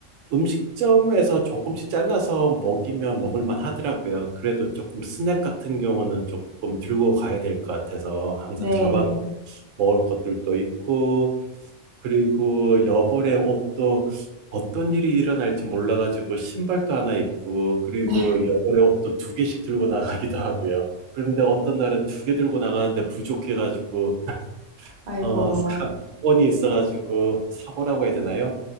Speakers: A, on the right; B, on the right.
A: 음식점에서 조금씩 잘라서 먹이면 먹을만 하더라고요. 그래도 조금 스낵 같은 경우는 조금 들고 가야 될 것 같아서 항상
B: 네.
A: 가방에 먹을 것들도 있고 그리고 여벌의 옷도 어떤 일이 일어날지 몰라가지고 신발도 하나 입고 그리고
B: 네.
A: 여벌의 옷도 두 개씩 들고 나가기도 하고요. 그런데 어떤 날은 두 개 들고 나가는데 부족해가지고 <laughs>
B: 아이고.
A: 어, 사건이 있어가지고 사고라고 해야 되나요?